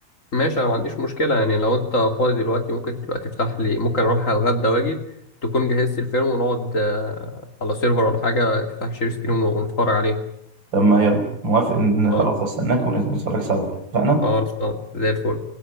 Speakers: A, on the left; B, on the right.
A: ماشي انا ما عنديش مشكله يعني لو انت فاضي دلوقتي ممكن تبقى تفتح لي ممكن اروح اتغدى واجي تكون جهزت الفيلم ونقعد آه، على سيرفر ولا حاجه تفتح شير سكرين ونتفرج عليه
B: طب ما يلا موافق ان
A: خلاص
B: خلاص استناك ونتفرج سوا اتفقنا
A: خلاص زي الفل